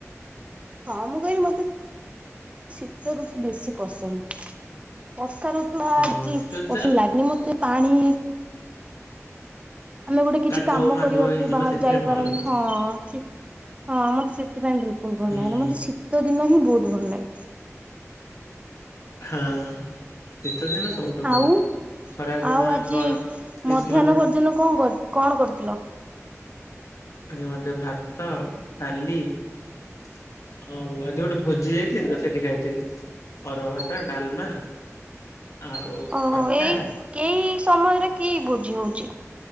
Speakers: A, on the right; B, on the left.
A: ହଁ ମୁଁ କହିଲି ମତେ ଶୀତ ଋତୁ ବେଶୀ ପସନ୍ଦ। ବର୍ଷା ଋତୁ‌ ଟା
B: ହଁ ଶୀତ ଟା
A: ପସନ୍ଦ ଲାଗେନି ମତେ ପାଣି ଆମେ ଗୋଟେ କିଛି
B: କାଦୁଅ
A: କାମ
B: ମାଦୁଅ
A: କରିବାକୁ
B: ହେଇଯିବ
A: ବି ବାହାରକୁ
B: ସେଥିପାଇଁ
A: ଯାଇପାରନ୍ତୁ
B: ଭଲ ନୁହଁ
A: ହଁ ହଁ ମତେ ସେଥିପାଇଁ ଭଲ
B: ହୁଁ
A: <unintelligible> ମତେ ଶୀତ ଦିନ ହିଁ ବହୁତ୍ ଭଲ ଲାଗେ।
B: ହଁ ଶୀତ ଦିନ। ସବୁଠୁ ଭଲ।
A: ଆଉ
B: ଖରା ଦିନ
A: ଆଉ ଆଜି
B: ଗରମ
A: ମଧ୍ୟାହ୍ନ
B: ଗ୍ରୀଷ୍ମ ଦିନ
A: ଭୋଜନ କଣ କର କଣ କରିଥିଲ?
B: ଆଜି ମଧ୍ୟ ଭାତ ଡ଼ାଲି। ହଉ ଆଜି ଗୋଟେ ଭୋଜି ଯାଇଥିଲି ତ ସେଠି ଖାଇଥିଲି। ଅରୁଆ ଭାତ ଡାଲମା। ଆଉ
A: ଓହୋ
B: ଖଟା
A: ଏଇ ଏଇ ସମୟରେ କି ଭୋଜି ହଉଛି?